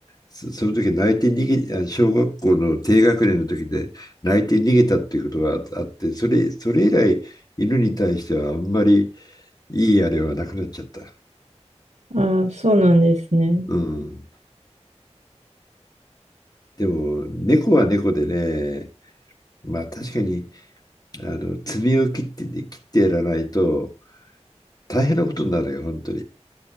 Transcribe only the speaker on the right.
ああ、そうなんですね。